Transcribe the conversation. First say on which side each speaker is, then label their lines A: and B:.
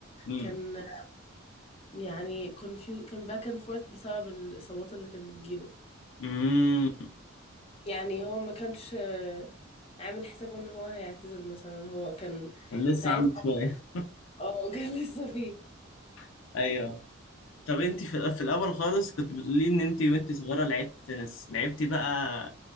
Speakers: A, on the left (about 75°); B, on the left (about 30°).
A: امم
B: كان يعني confused كان باك اند فورث بسبب الاصابات اللي كانت بتجيله
A: امم
B: يعني هو ما كانش آه، عامل حسابه ان هو هيعتزل مثلا هو كان
A: لسه
B: ساعتها
A: عندي شوية
B: اه <laughs> كان لسه فيه
A: <laughs> ايوه طب انت في في الاول خالص كنت بتقولي ان انت وانت صغيره لعبت تنس لعبتي بقى